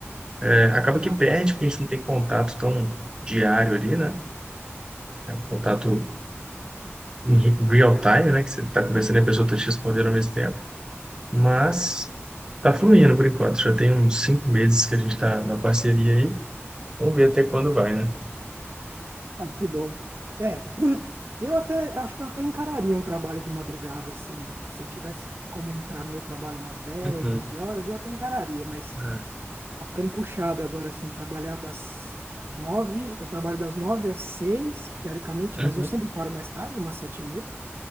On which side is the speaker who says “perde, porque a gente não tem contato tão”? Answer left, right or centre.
Right